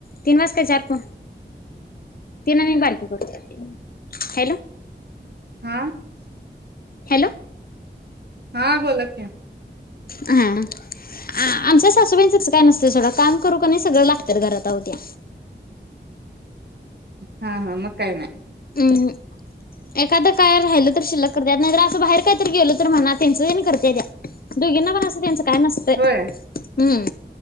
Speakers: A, on the left; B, on the right.
A: तीन वाजताय चार प तीन म बारकीे करत हॅलो
B: हा
A: हॅलो
B: हा बोला की..
A: हा आमच्या सासूबाईंच तस काही नसत सोडा काम करू सगळ लागत्यात घरात अहो त्या..
B: हा हा मग काय नाही
A: हम् एखाद काय राहिल तर शिल्लक करत्यात नाहीतर अस बाहेर काहीतरी गेलो तर म्हणा त्यांच त्यांनी करत्यात दोघींना पण अस त्यांच... काय नसते
B: होय
A: हम्म..